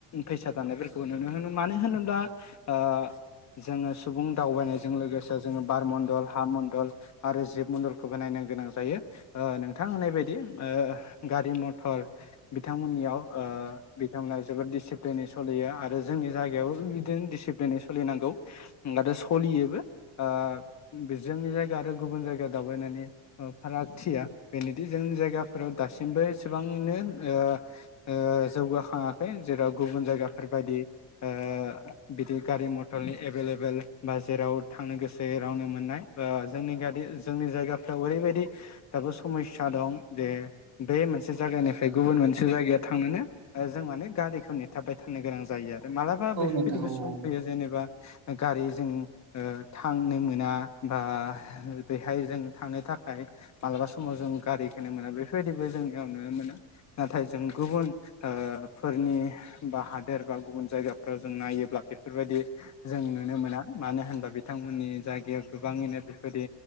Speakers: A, on the left; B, on the right.
A: फैसा दानायफोरखौबो नुनो मोनो मानो होनोब्ला ओ जोङो सुबुं दावबायनायजों लोगोसे जोङो बार मण्डल हा मण्डल आरो जिब मन्दलखौबो नायनो गोनां जायो नोंथां होननाय बायदि गारि मथर बिथांमोननियाव ओ बिथांमोना जोबोद डिसिप्लिनै सलियो आरो जोंनि जायगायावबो बिदिनो डिसिप्लिनै सोलिनांगौ आरो सोलियोबो ओ जोंनि जायगा आरो गुबुन जायगा दावबायनानै फारागथिया बेनोदि जोंनि जायगाफोराव दासिमबो एसेबांनो ओ ओ जौगाखाङाखै जेराव गुबुन जायगाफोरबायायदि ओ बिदि गारि मथरनि एभेलेबेल बा जेराव थांनो गोसो रावनो मोननाय ओ जोंनि गा जोंनि जायगाफ्राव ओरैबायाददि दाबो समस्या दं जे बे मोनसे जायगानिफ्राय गुबुन मोनसे जायगायाव थांनोनो जों माने गारिखौ नेथाबबाय थानो गोनां जायो आरो। मालाबा
B: औ
A: बेफोरबायदिबो
B: नोंथां औ
A: सम फैयो जेनेबा गारिजों ओ थांनो मोना बा बेहाय जों थांनो थाखाय मालाबा समाव जों गारिखोनो मोना बेफोरबायदिबो जोंनियाव नुनो मोना नाथाय जों गुबुन ओ फोरनि बा हादोर बा गुबुन जायगाफ्राव जों नायोब्ला बेफोरबायदि जों नुनो मोना मानो होनबा बिथांमोननि जायगायाव गोबाङैनो बेबायदि